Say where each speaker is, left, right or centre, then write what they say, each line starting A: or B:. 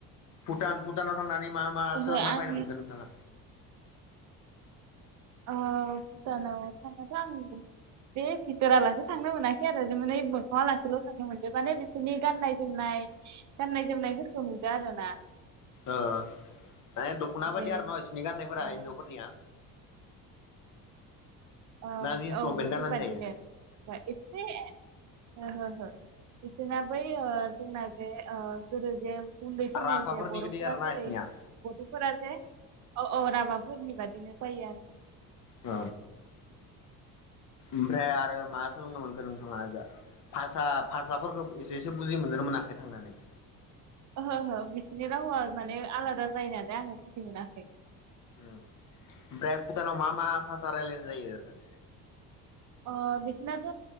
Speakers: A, on the left (about 45°); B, on the right (about 40°).
A: भुटान भुटानाव थांनानै मा मा
B: ओहो
A: सोलोंना
B: आं
A: फायनो मोनगोन नोंथाङा
B: अ भुटानाव थांनाथ आं बे भिथरालासे थांनो मोनाखै आरो जे माने मोखांआ लासेल थांनो मोनद माने बिसोरनि गाननाय जोमनाय गाननाय जोमनायफोरखौ नुदो आरो ना
A: ओ माने दखना बायदि
B: बेनिफ्राय
A: आरो न इसोरनि गाननायफोरा
B: ओ
A: हिनजावफोरनिया
B: ओं
A: ना जिन्स
B: औ
A: लंपेन्ट
B: बेफोरबादिनो
A: गाननानै थायो
B: एतसे ओहो ओहो बिसोरना बै ओ जोंंना जे ओ गोदो जे उन्दै समाव
A: राफाफोरनि
B: जे बरफोरा
A: गोदै आरोना
B: जेरै
A: बिसोरनिया
B: गथफोरा जे अ राभाफोरनि बादिनो जायो आरो
A: ओ ओमफ्राय आरो मा सोलोंनो मोनखो नोंथाङा इजा भासा भासाफोरखौ एसेसो बुजि मोनदोंना मोनाखै थांनानै
B: ओहो ओहो बिसोरनि रावआ माने आलादा जायो नालाय आङो बुजि मोनाखै
A: ओम ओमफ्राय भुटानाव मा मा भाषा रायलायनाय जायो ओरैनो
B: अ बिसनाथ